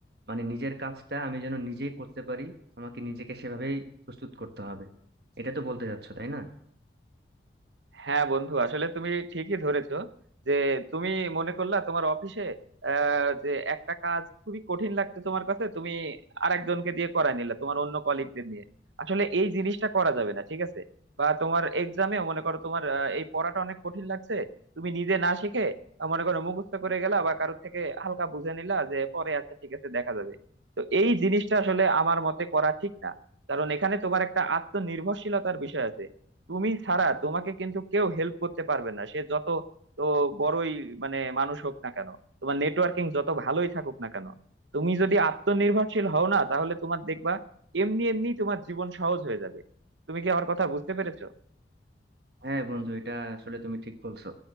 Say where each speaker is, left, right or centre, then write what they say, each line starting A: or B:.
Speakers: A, on the right (about 60°); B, on the right (about 80°).
A: মানে নিজের কাজটা আমি যেন নিজেই করতে পারি আমাকে নিজেকে সেভাবেই প্রস্তুত করতে হবে এটা তো বলতে চাচ্ছো তাই না
B: হ্যাঁ বন্ধু আসলে তুমি ঠিকই ধরেছো যে তুমি মনে করলা তোমার অফিসে আহ, যে একটা কাজ খুবই কঠিন লাগছে তোমার কাছে তুমি আরেকজনকে দিয়ে করায় নিলে তোমার অন্য কলিগদের নিয়ে আসলে এই জিনিসটা করা যাবে না ঠিক আছে বা তোমার এক্সামে মনে করো তোমার আহ, এই পড়াটা অনেক কঠিন লাগছে তুমি নিজে না শিখে আহ, মনে করো মুখস্থ করে গেলা বা কারোর থেকে হালকা বুঝে নিলা যে পরে আচ্ছা ঠিক আছে দেখা যাবে তো এই জিনিসটা আসলে আমার মতে করা ঠিক না কারণ এখানে তোমার একটা আত্মনির্ভরশীলতার বিষয় আছে তুমি ছাড়া তোমাকে কিন্তু কেউ হেল্প করতে পারবে না সে যত তো বড়ই মানে মানুষ হোক না কেন তোমার নেটওয়ার্কিং যত ভালোই থাকুক না কেন তুমি যদি আত্মনির্ভরশীল হও না তাহলে তোমার দেখবা এমনি এমনি তোমার জীবন সহজ হয়ে যাবে তুমি কি আমার কথা বুঝতে পেরেছো
A: হ্যাঁ বন্ধু এটা আসলে তুমি ঠিক বলছো